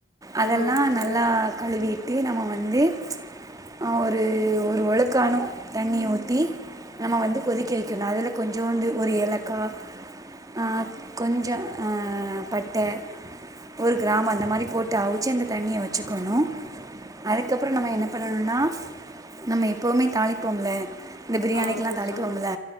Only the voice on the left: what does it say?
ஆமாங் சிஸ்டர்
ஆமாங் சிஸ்டர்